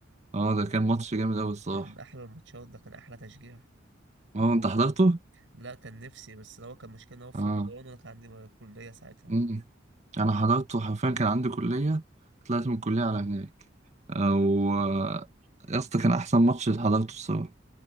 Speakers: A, on the right (about 35°); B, on the right (about 80°).
A: اه ده كان ماتش جامد قوي الصراحه
B: ده كان أحلى الماتشات ده كان أحلى تشجيع
A: اه انت حضرته
B: لا كان نفسي بس هو كان مشكلة إن هو في
A: اه
B: رمضان وأنا كان عندي كلية ساعتها
A: أمم. انا حضرته حرفيا كان عندي كليه طلعت من الكليه على هناك او يا اسطى كان احسن ماتش اللي حضرته الصراحه